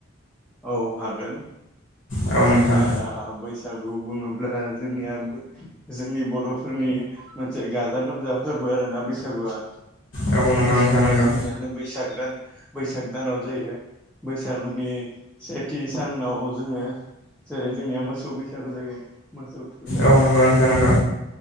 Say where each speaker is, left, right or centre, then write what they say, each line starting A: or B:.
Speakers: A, in the centre; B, on the left (about 80°).
A: औ हागोन
B: औ
A: जोंनिया
B: नोंथां
A: दा बैसाग बैसागु बुङोब्ला जोंनिया जोंनि बर'फोरनि मोनसे गाजा गोमजा फोरबो आरो ना बैसागुआ
B: औ नंगौ
A: बैसागुआ
B: नोंथां नंगौ
A: जोंनियानो बैसाग दान बैसाग दानाव जायो बैसागनि सेथि सानाव जोङो जेरै जोंनिया मोसौ बैसागु जायो मोसौ थुखैनाय
B: औ नंगौ नोंथां नांगौ